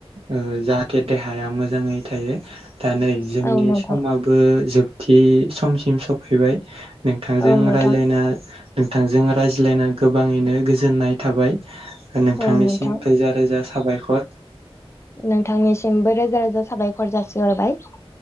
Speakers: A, on the right; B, on the left.
A: ओ जाहाथे देहाया मोजाङै थायो दा नै जोंनि
B: औ नोंथां
A: समा बो जोबथि समसिम सफैबाय नोंथांजों
B: औ नोंथां
A: रायलायना नोंथांजों रायज्लायना गोबाङैनो गोजोननाय थाबाय नोंथांनिसिम
B: औ नोंथां
A: थोजा रोजा साबायखर।
B: नोंथांनिसिमबो रोजा रोजा साबायखर जासिहरबाय।